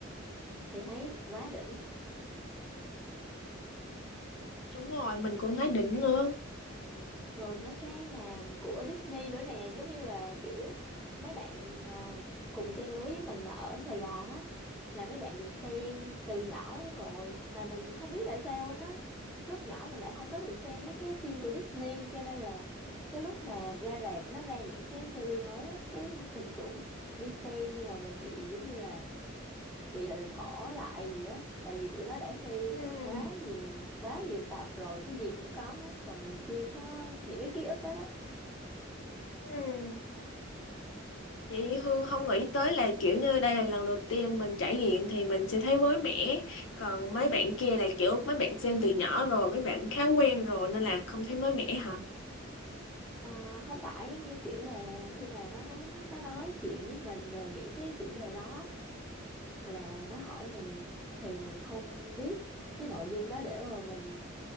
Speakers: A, in the centre; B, on the left.
A: thì thấy quá đỉnh
B: đúng rồi mình cũng thấy đỉnh nữa
A: rồi mấy cái mà của Disney nữa nè giống như là kiểu mấy bạn ờ, cùng trang lứa với mình mà ở Sài Gòn á là mấy bạn được xem từ nhỏ lắm rồi mà mình không biết tại sao nó lúc nhỏ mình lại không có được xem mấy cái phim của Disney cho nên là tới lúc mà ra rạp nó ra những cái series mới á cái mình cũng đi xem nhưng mà mình bị giống như là bị định bỏ lại gì á tại vì tụi nó đã xem
B: ừ,
A: quá nhiều quá nhiều tập rồi cái gì cũng có hết còn mình chưa có những cái ký ức đó đó
B: ừ. Chị Hương không nghĩ tới là kiểu như đây là lần đầu tiên mình trải nghiệm thì mình sẽ thấy mới mẻ. Còn mấy bạn kia là kiểu mấy bạn xem từ nhỏ rồi, mấy bạn khá quen rồi nên là không thấy mới mẻ hả?
A: Ờ, không phải giống như kiểu là khi mà nó nó nó nói chuyện với mình về những cái chủ đề đó là nó hỏi mình thì mình không biết cái nội dung đó để mà mình